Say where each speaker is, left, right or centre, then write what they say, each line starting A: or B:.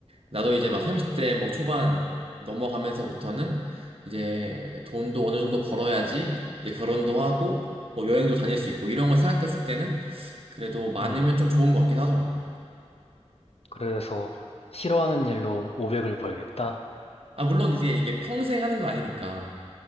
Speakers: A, on the right (about 55°); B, on the left (about 60°).
A: 나도 이제 막 30대 뭐 초반 넘어가면서부터는 이제 돈도 어느 정도 벌어야지 이제 결혼도 하고 뭐 여행도 다닐 수 있고 이런 걸 생각했을 때는 그래도 많으면
B: 음.
A: 좀 좋은 것 같긴 하더라고.
B: 그래서 싫어하는 일로 500을 벌겠다?
A: 아, 물론 이제 이게 평생 하는 거 아니니까.